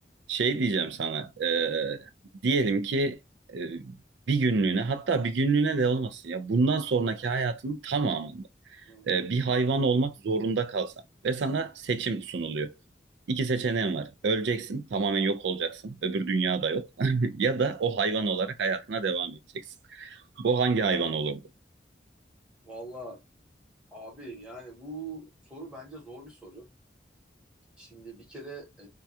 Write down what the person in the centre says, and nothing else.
Hı hı.
Valla abi yani bu soru bence zor bir soru. Şimdi bir kere e,